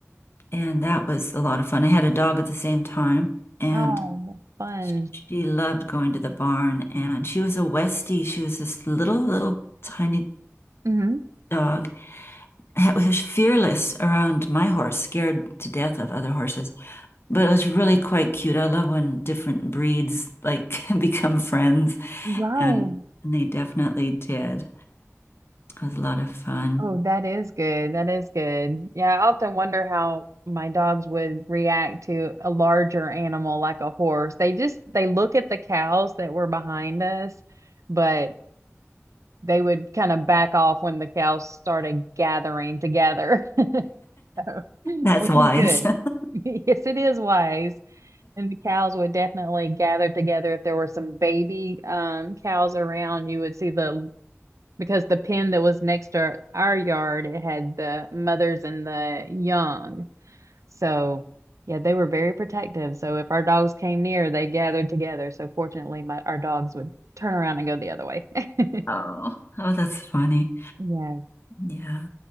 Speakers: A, on the left (about 50°); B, on the right (about 85°).
A: and that was a lot of fun. I had a dog at the same time, and
B: oh, Fun.
A: sh- she loved going to the barn. And she was a Westie. She was this little, little tiny
B: hmm
A: dog. It was fearless around my horse, scared to death of other horses. But it was really quite cute. I love when different breeds like <laughs> become friends,
B: right.
A: and, and they definitely did. It was a lot of fun.
B: Oh, that is good. That is good. Yeah, I often wonder how my dogs would react to a larger animal like a horse. They just they look at the cows that were behind us, but they would kind of back off when the cows started gathering together, <laughs>
A: That's
B: which
A: wise.
B: is good.
A: <laughs>
B: <laughs> Yes, it is wise. And the cows would definitely gather together. If there were some baby um, cows around, you would see the, because the pen that was next to our yard, it had the mothers and the young. So, yeah, they were very protective. So if our dogs came near, they gathered together. So fortunately, my, our dogs would turn around and go the other way. <laughs>
A: Oh, oh, that's funny.
B: Yeah.
A: Yeah.